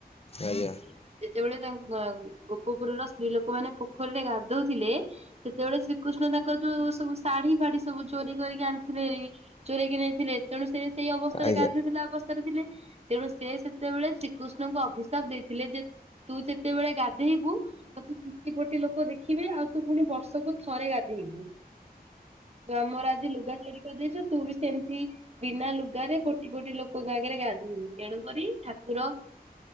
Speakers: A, on the left; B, on the right.
A: ଆଜ୍ଞା।
B: ଯେତେବେଳେ ତାଙ୍କ ଗୋପପୁରର ସ୍ତ୍ରୀ ଲୋକମାନେ ପୋଖରୀରେ ଗାଧଉଥିଲେ ସେତେବେଳେ ଶ୍ରୀକୃଷ୍ଣ ତାଙ୍କ ଯୋଉ ସବୁ ଶାଢୀ ଫାଢୀ ସବୁ ଚୋରି କରିକି ଆଣିଥିଲେ। ଚୋରେଇ କି ନେଇଥିଲେ ତେଣୁ ସେ ସେଇ ଅବସ୍ଥାରେ
A: ଆଜ୍ଞା
B: ଗାଧଉଥିଲା ଅବସ୍ଥାରେ ଥିଲେ ତେଣୁ ସେ ସେତେବେଳେ ଶ୍ରୀକୃଷ୍ଣଙ୍କୁ ଅଭିଶାପ ଦେଇଥିଲେ ଯେ ତୁ ଯେତେବେଳେ ଗାଧେଇବୁ ତୁ କୋଟି କୋଟି ଲୋକ ଦେଖିବେ ଆଉ ତୁ ପୁଣି ବର୍ଷକୁ ଥରେ ଗାଧେଇବୁ <inaudible>
A: ହୁଁ
B: ଆମର ଆଜି ଲୁଗା ଚୋରି କରିଦେଇଛୁ ତୁ ବି ସେମତି ବିନା ଲୁଗାରେ କୋଟି କୋଟି ଲୋକଙ୍କ ଆଗରେ ଗାଧୋଇୁ ତେଣୁକରି ଠାକୁର